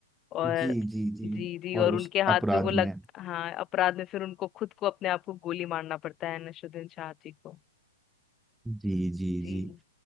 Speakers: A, on the left; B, in the centre.
A: और
B: जी जी जी
A: जी जी
B: और
A: और
B: उस
A: उनके हाथ
B: अपराध
A: पे वो लग
B: में
A: हाँ अपराध में फिर उनको खुद को अपने आप को गोली मारना पड़ता है नसरुद्दीन शाह जी को
B: जी जी
A: जी
B: जी